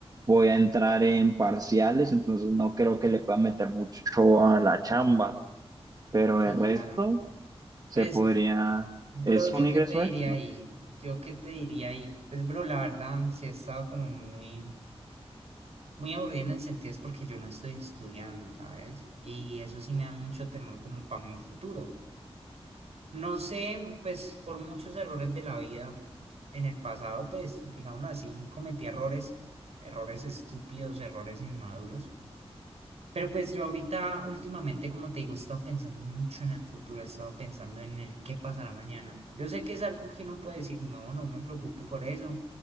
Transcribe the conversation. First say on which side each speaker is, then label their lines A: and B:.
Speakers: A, on the right; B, on the right.
A: voy a entrar en parciales, entonces no creo que le pueda meter mucho a la chamba, pero
B: claro.
A: el resto se
B: Pues,
A: podría,
B: bro,
A: es
B: ¿yo
A: un ingreso
B: qué te diría
A: extra.
B: ahí? ¿Yo qué te diría ahí? Pues, bro, la verdad, sí he estado como muy, muy aburrida en el sentido es porque yo no estoy estudiando, ¿sabes? Y eso sí me da mucho temor como para mi futuro. No sé, pues, por muchos errores de la vida en el pasado, pues, digámoslo así, cometí errores, errores estúpidos, errores inmaduros. Pero pues yo ahorita, últimamente, como te digo, he estado pensando mucho en el futuro, he estado pensando en el qué pasará mañana. Yo sé que es algo que uno puede decir, no, no me preocupo por eso.